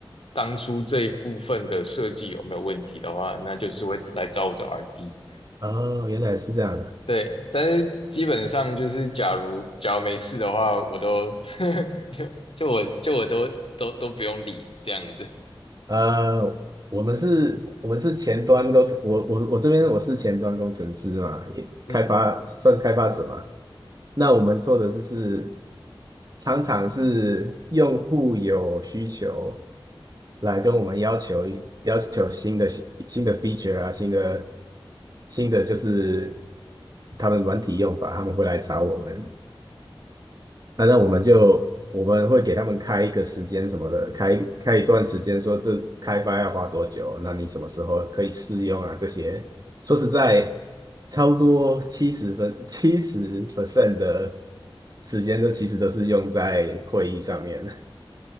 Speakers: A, on the left; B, on the right.
A: 当初这一部分的设计有没有问题的话，那就是会来找我的 RD。
B: 哦，原来是这样。
A: 对，但是基本上就是，假如假如没事的话，我都 <laughs> 就就我就我都都都不用理这样子。
B: 呃，我们是，我们是前端工程，我我我这边我是前端工程师嘛，也开发算是开发者嘛。
A: 嗯
B: 那我们做的就是常常是用户有需求来跟我们要求一要求新的新的 feature 啊，新的新的就是他们软体用法，他们会来找我们。那那我们就我们会给他们开一个时间什么的，开开一段时间，说这开发要花多久，那你什么时候可以试用啊？这些说实在，超多七十分七十 percent 的时间，都其实都是用在会议上面。